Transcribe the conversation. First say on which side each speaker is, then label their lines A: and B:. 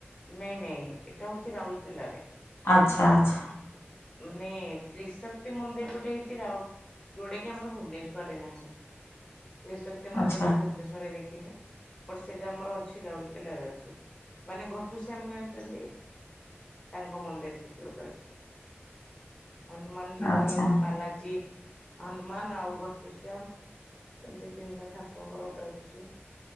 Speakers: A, on the left; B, on the left.
A: ନାଇଁ ନାଇଁ ଏଇଟା ହଉଛି ରାଉରକେଲାରେ।
B: ଆଚ୍ଛା ଆଚ୍ଛା।
A: ମାନେ ତ୍ରିଶକ୍ତି ମନ୍ଦିର ଗୋଟେ ହେଇଛି ରାଉଲ ଯୋଉଟା କି ଆମର ଭୁବନେଶ୍ଵରରେ ନାହିଁ, ତ୍ରିଶକ୍ତି ମନ୍ଦିର
B: ଆଚ୍ଛା
A: ମୁଁ ଭୁବନେଶ୍ଵରରେ ଦେଖିନି। ବଟ୍ ସେଇଟା ଆମର ଅଛି ରାଉରକେଲାରେ ଅଛି ମାନେ ଘଟୁଶ୍ୟାମ ଜାଣିଛନ୍ତି। ତାଙ୍କ ମନ୍ଦିର ସେଠି ଗୋଟେ ଅଛି। ହନୁମାନଜୀଙ୍କର
B: ଆଚ୍ଛା
A: କଣ ବାଲାଜୀ ହନୁମାନ ଆଉ ଘଟୁଶ୍ୟାମ ସେମତି ତିନି ଜଣ ଠାକୁର ଆପଙ୍କର ଗୋଟେ ଅଛି